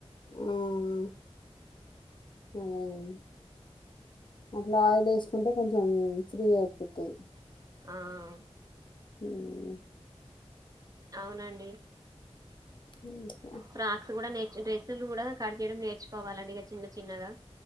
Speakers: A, on the left; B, on the right.
A: ఆహ్ అదే ఏయ్ అట్లా ఆయిల్ ఏసుకుంటే కొంచెం ఫ్రీ అయిపోతయ్.
B: ఆఅ
A: ఉహ్
B: అవునండి.
A: ఇంకా
B: ఫ్రాక్స్ కూడా నేర్ డ్రెస్సులు కూడా కడ్ జేయడం, నేర్చుకోవాలండి ఇగా చిన్న చిన్నగా.